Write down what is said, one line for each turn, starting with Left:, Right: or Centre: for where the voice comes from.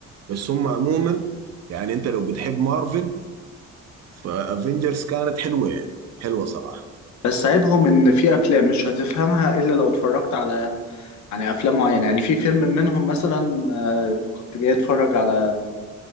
Right: بس هم عموما يعني انت لو بتحب مارفل فافنجرز كانت حلوه يعني حلوه صراحه
Left: بس عيبهم ان في افلام مش هتفهمها الا لو اتفرجت على يعني افلام معينه يعني في فيلم منهم مثلا آه، كنت جاي اتفرج على